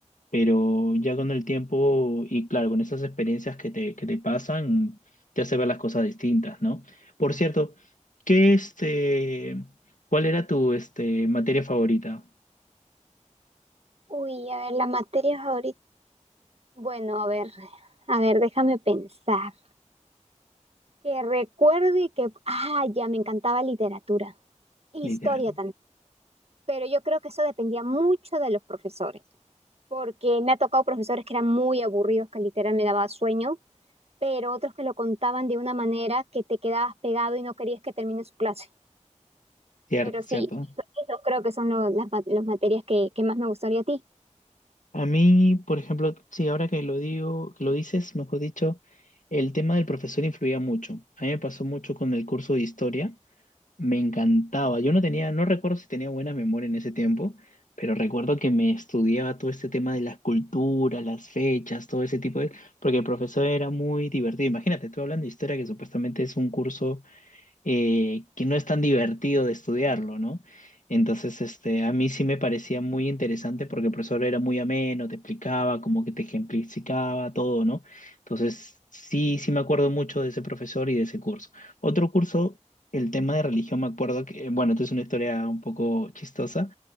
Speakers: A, on the left (about 80°); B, on the right (about 50°).
A: pero ya con el tiempo y claro, con esas experiencias que te, que te pasan, te hace ver las cosas distintas, ¿no? Por cierto, ¿qué este, cuál era tu este, materia favorita?
B: Uy, a ver, la materia ahorita. Bueno, a ver, a ver, déjame pensar. que recuerde que, ah, ya me encantaba literatura, historia
A: Literal.
B: también, pero yo creo que eso dependía mucho de los profesores, porque me ha tocado profesores que eran muy aburridos, que literal me daba sueño, pero otros que lo contaban de una manera que te quedabas pegado y no querías que termine su clase.
A: Cierto,
B: Pero
A: cierto.
B: sí, eso, eso creo que son lo- las, ma- las materias que, que más me gustaría a ti.
A: A mí, por ejemplo, sí, ahora que lo digo, que lo dices, mejor dicho, el tema del profesor influía mucho. A mí me pasó mucho con el curso de historia. Me encantaba. Yo no tenía, no recuerdo si tenía buena memoria en ese tiempo, pero recuerdo que me estudiaba todo este tema de las culturas, las fechas, todo ese tipo de... Porque el profesor era muy divertido. Imagínate, estoy hablando de historia que supuestamente es un curso eh, que no es tan divertido de estudiarlo, ¿no? Entonces, este, a mí sí me parecía muy interesante porque el profesor era muy ameno, te explicaba, como que te ejemplificaba todo, ¿no? Entonces, sí, sí me acuerdo mucho de ese profesor y de ese curso. Otro curso, el tema de religión, me acuerdo que, bueno, esto es una historia un poco chistosa